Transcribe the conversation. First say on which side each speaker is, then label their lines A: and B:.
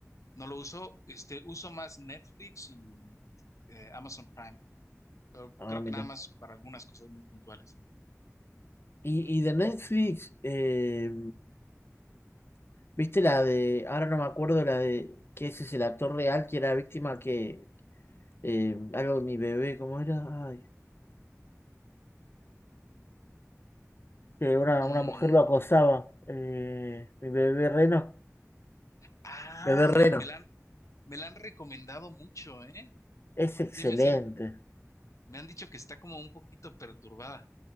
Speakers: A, on the left (about 70°); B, on the left (about 45°).
A: no lo uso. Este, uso más Netflix y eh, Amazon Prime, pero
B: Ah,
A: creo
B: mira.
A: que nada más para algunas cosas muy puntuales.
B: Y, y de Netflix, eh, ¿viste la de, ahora no me acuerdo la de, que ese es el actor real que era víctima que eh, algo de mi bebé, ¿cómo era? Ay, que una,
A: Mm,
B: una mujer lo acosaba. eh, mi bebé reno.
A: ah,
B: Bebé
A: me,
B: reno.
A: me la han, me la han recomendado mucho, ¿eh?
B: Es excelente.
A: Sí, me, sí, me han dicho que está como un poquito perturbada.